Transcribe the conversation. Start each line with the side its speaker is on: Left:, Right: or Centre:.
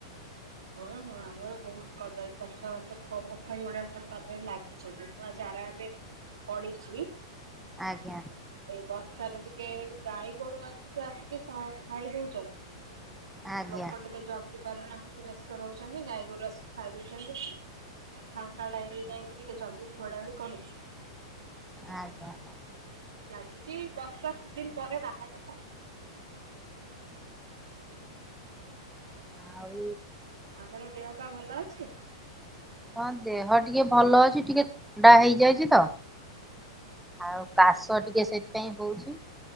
Right: ହଁ ହଁ ଆମର ବହୁତ କଦଳୀ ଚାଷ ପୋଖରୀ ହୁଡାରେ ସବୁ କଦଳୀ ଲାଗି ମୁ <unintelligible> ଆ ଯାରା ଏବେ ପଢିଛି
Centre: ଆଜ୍ଞା।
Right: ଏଇ ବର୍ଷାରେ ଟିକେ ଗାଈ ଗୋରୁ ମାନେ ଟିକେ ଆସିକି ସ ଖାଇ ଦଉଚନ୍ତି।
Centre: ଆଜ୍ଞା
Right: ଲୋକ ଟିକେ ଜଗି ପାରୁନାହାନ୍ତି ବ୍ୟସ୍ତ ରହୁଛନ୍ତି ଗାଈ ଗୋରୁ ଆସିକି ଖାଇ ଦୋଉଛନ୍ତି। ଆଉ ଫାଙ୍କା ଟାଇମରେ ଯାଇକି ଟିକେ ଜଗିକି ଘୋଡା ଘଡି କରୁଛୁ।
Centre: ଆଜ୍ଞା।
Right: ଲାଗିଛି ବର୍ଷା ସିଜିନପରେ ବାହାରିବ।
Centre: ଆଉ।
Right: ଆପଣ ଦେହ ପା ଭଲ ଅଛି।
Centre: ହଁ ଦେହ ଟିକେ ଭଲ ଅଛି ଟିକେ ଥଣ୍ଡା ହେଇଯାଇଛି ତ। ଆଉ କାଶ ଟିକେ ସେଥିପାଇଁ ହଉଛି